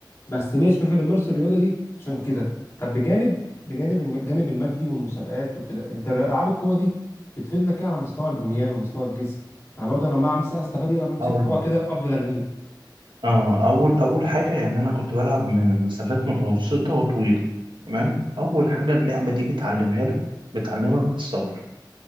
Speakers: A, on the left; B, on the right.
A: بس ماشي ما احنا بنمارس الرياضه دي عشان كده طب بجانب بجانب الم- الجانب المادي والمسابقات وكده انت الرياضة- العاب القوه دي بتفيد لك ايه على مستوى البنيان ومستوى الجسم انا برضه لما امسك استفاد ايه لما امسك
B: جدا
A: طبق كده افضل ارميه
B: اه اول اول حاجه يعني انا كنت بلعب من مسافات متوسطه وطويله تمام اول حاجه اللعبه دي بتعلمها لك بتعلمك الصبر